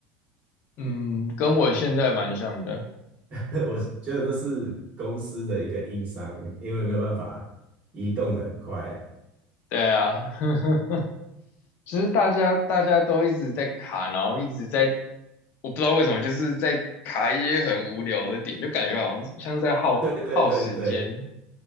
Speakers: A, on the left; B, on the right.
A: 嗯，跟我现在蛮像的。
B: <laughs> 我觉得这是公司的一个硬伤，因为没有办法移动的很快。
A: 对啊。<laughs> 其实大家大家都一直在卡，然后一直在，我不知道为什么，就是在卡一些很无聊的点，就感觉好像像是在耗耗时间。
B: 对对对对，